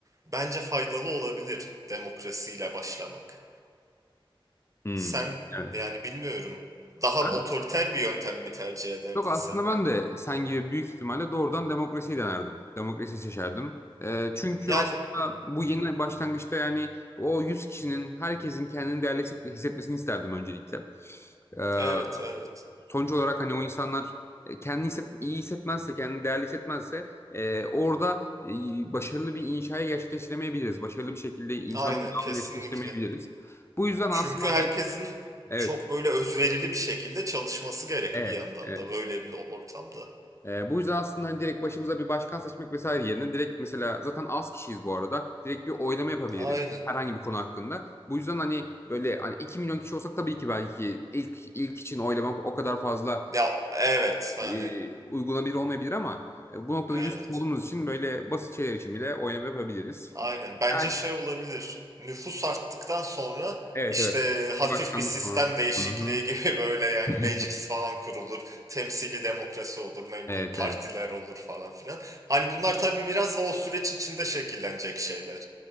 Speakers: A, on the right; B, on the left.
A: bence faydalı olabilir demokrasiyle başlamak.
B: Hmm,
A: Sen
B: evet.
A: yani bilmiyorum daha
B: Ben,
A: otoriter bir yöntem mi tercih ederdin
B: yok aslında
A: sen?
B: ben de sen gibi büyük ihtimalle doğrudan demokrasiyi denerdim. Demokrasiyi seçerdim. Ee, çünkü
A: Yani
B: aslında bu yeni başlangıçta yani o yüz kişinin herkesin kendini değerli hisset- hissetmesini isterdim öncelikle. Ee,
A: evet evet
B: sonuç olarak hani o insanlar e, kendini hisset, iyi hissetmezse, kendini değerli hissetmezse e, orada e, başarılı bir inşayı gerçekleştiremeyebiliriz. Başarılı bir şekilde insanın
A: aynen
B: devamını
A: kesinlikle.
B: gerçekleştiremeyebiliriz. Bu yüzden
A: Çünkü
B: aslında
A: herkesin
B: hani evet,
A: çok böyle özverili bir şekilde çalışması gerek
B: evet,
A: bir yandan
B: evet.
A: da böyle bir ortamda.
B: Ee, bu yüzden aslında hani direkt başımıza bir başkan seçmek vesaire yerine direkt mesela zaten az kişiyiz bu arada. Direkt bir oylama yapabiliriz
A: Aynen.
B: herhangi bir konu hakkında. Bu yüzden hani böyle hani 2 milyon kişi olsak tabii ki belki ilk ilk için oylama o kadar fazla
A: Ya evet hani
B: e, uygulanabilir olmayabilir ama e, bu noktada
A: evet.
B: 100 kişi olduğumuz için böyle basit şeyler için bile oylama yapabiliriz.
A: Aynen. Bence
B: Er-
A: şey olabilir. Nüfus arttıktan sonra
B: Evet
A: işte
B: evet.
A: hafif
B: Bir başkanlık
A: bir sistem
B: falan.
A: değişikliği
B: Hı hı.
A: gibi <laughs> böyle yani
B: <laughs>
A: meclis falan kurulur. Temsili demokrasi olur, ne bileyim
B: Evet
A: partiler
B: evet.
A: olur falan filan. Hani bunlar tabii biraz da o süreç içinde şekillenecek şeyler.